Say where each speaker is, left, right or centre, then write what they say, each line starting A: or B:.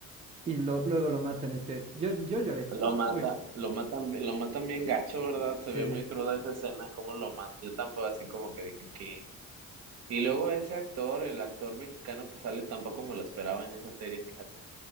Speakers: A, on the right; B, on the right.
A: y lo- luego lo matan. Es que yo, yo lloré.
B: Lo mata,
A: Uy,
B: lo matan, lo matan bien gacho, ¿verdad?
A: sí.
B: Se ve muy cruda esa escena, como lo mata. Yo tampoco así como que dije que. Y luego ese actor, el actor mexicano que sale, tampoco me lo esperaba en esa serie, fíjate.